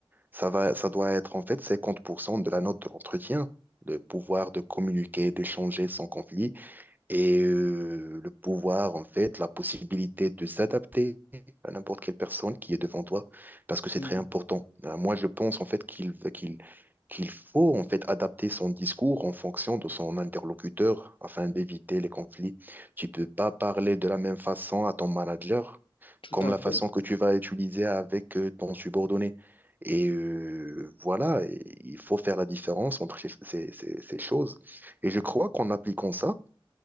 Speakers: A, on the right (about 20°); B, on the left (about 70°).
A: ça va, ça doit être en fait 50% de la note de l'entretien, le pouvoir de communiquer, d'échanger sans conflit. Et euh, le pouvoir, en fait, la possibilité de s'adapter à n'importe quelle personne qui est devant toi, parce que c'est
B: Mm.
A: très important. Euh, moi, je pense, en fait, qu'il qu'il, qu'il faut, en fait, adapter son discours en fonction de son interlocuteur afin d'éviter les conflits. Tu peux pas parler de la même façon à ton manager
B: Tout
A: comme
B: à
A: la
B: fait,
A: façon que tu vas utiliser avec euh, ton subordonné. Et euh, voilà, et il faut faire la différence entre ces, ces ces- ces choses. Et je crois qu'en appliquant ça,